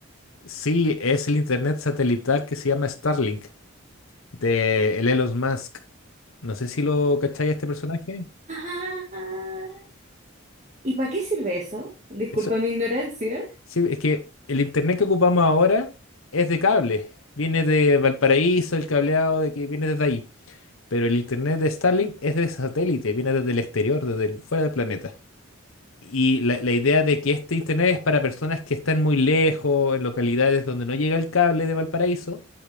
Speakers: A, on the left; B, on the right.
A: Sí, es el internet satelital que se llama Starlink. de el Elon Musk. No sé si lo cacháis a este personaje.
B: Ah, ¿y para qué sirve eso? Disculpa
A: Eso,
B: mi ignorancia.
A: sí, es que el internet que ocupamos ahora es de cable. Viene de Valparaíso, el cableado de que viene desde ahí. Pero el internet de Starlink es de satélite, viene desde el exterior, desde el- fuera del planeta. Y la, la idea de que este internet es para personas que están muy lejos, en localidades donde no llega el cable de Valparaíso,